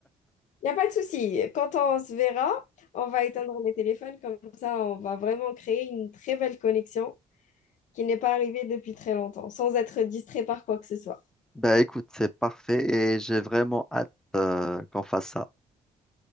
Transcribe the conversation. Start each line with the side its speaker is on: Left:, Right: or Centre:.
Left: Il n'y a pas de souci. Quand on se verra, on va éteindre les téléphones. Comme ça, on va vraiment créer une très belle connexion qui n'est pas arrivée depuis très longtemps, sans être distrait par quoi que ce soit.
Centre: Bah écoute, c'est parfait et j'ai vraiment hâte, euh, qu'on fasse ça.